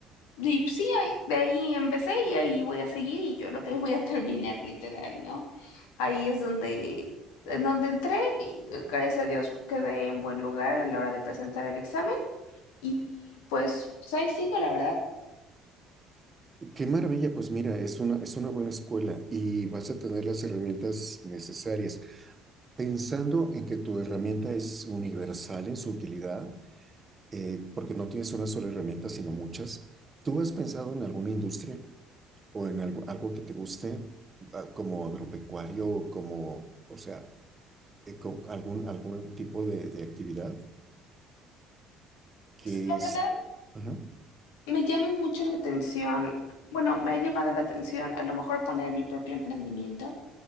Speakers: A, on the left; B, on the right.
A: Y pues, sí, ahí- de ahí empecé y ahí voy a seguir y yo creo que voy a <laughs> terminar literal, ¿no? Ahí es donde, en donde entré y eh, gracias a Dios quedé en buen lugar a la hora de presentar el examen y pues, pues ahí sigo, la verdad.
B: Qué maravilla, pues mira, es una, es una buena escuela y vas a tener las herramientas necesarias. Pensando en que tu herramienta es universal en su utilidad, eh, porque no tienes una sola herramienta, sino muchas, ¿tú has pensado en alguna industria o en algo, algo que te guste ah, como agropecuario, como, o sea, eh, con algún, algún tipo de, de actividad
A: Pues,
B: que
A: la verdad
B: es... Ajá,
A: me llama mucho la atención, bueno, me ha llamado la atención a lo mejor poner mi propio emprendimiento.